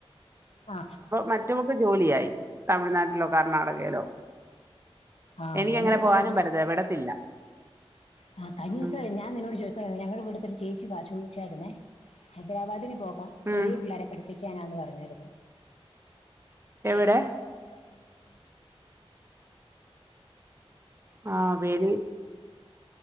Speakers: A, on the left (about 80°); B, on the right (about 25°).
A: ആ ആ
B: മറ്റവക്ക് ജോലിയായി തമിഴ്നാട്ടിലോ കർണാടകയിലോ
A: ആ
B: എനിക്കങ്ങനെ
A: എന്നോട്
B: പോകാനും
A: കഴിഞ്ഞ
B: പറ്റത്തില്ല വിടത്തില്ല
A: ആ കഴിഞ്ഞ ദിവസെ
B: ഉം
A: ഞാൻ നിന്നോട് ചോദിക്കണ ഞങ്ങടിവടത്തൊരു ചേച്ചി പാ ചോദിചാരുന്നെ ഹൈദരാബാദന് പോകാം ചെറിയ
B: ഉം
A: പിള്ളേരെ പഠി ക്കാനാന്ന് പറഞ്ഞാരുന്നു
B: എവിടെ
A: ഉ പി <unintelligible>
B: ആ വെലി